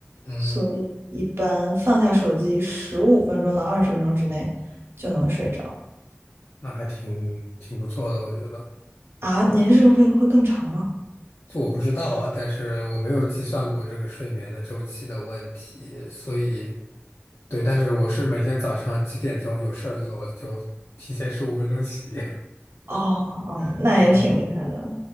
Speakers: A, on the left; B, on the right.
A: 嗯，
B: 所以一般放下手机十五分钟到二十分钟之内就能睡着
A: 那还挺挺不错的，我觉得。
B: 啊。您是会会更长吗？
A: 这我不知道啊，但是我没有计算过这个睡眠的周期的问题，所以对，但是我是每天早上几点钟有事儿做，我就提前十五分钟起。
B: 哦哦，
A: <laughs>
B: 那也挺厉害的。
A: 对，